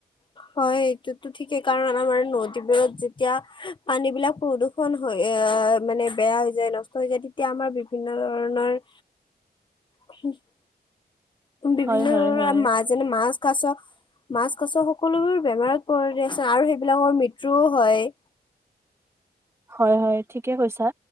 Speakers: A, on the left (about 30°); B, on the right (about 15°).
A: হয়, এইটোতো ঠিকেই কাৰণ আমাৰ নদীবোৰত যেতিয়া পানী বিলাক প্ৰদূ ষণ হৈ আহ' মানে বেয়া হৈ যায় নষ্ট হৈ যায়। তেতিয়া আমাৰ বিভিন্ন ধৰণৰ <unintelligible> বিভিন্ন
B: হয় হয়
A: ধৰণৰ
B: হয়।
A: মাছ যেনে মাছ, কাছ মাছ, কাছ সকলোবোৰ বেমাৰত পৰি আছে আৰু সেইবিলাকৰ মৃত্যুও হয়।
B: হয় হয়, ঠিকে কৈছা।